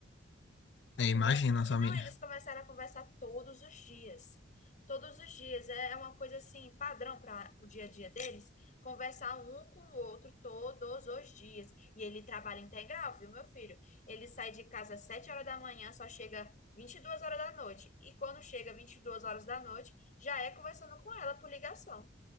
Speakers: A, on the left; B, on the left.
A: É,
B: Conver-
A: imagina,
B: eh,
A: família.
B: Não, eles começaram a conversar todos os dias. Todos os dias. É é uma coisa assim, padrão para o dia a dia deles, conversar um com o outro todos os dias. E ele trabalha integral, viu, meu filho? Ele sai de casa às 7 horas da manhã, só chega 22 horas da noite. E quando chega 22 horas da noite, já é conversando com ela por ligação.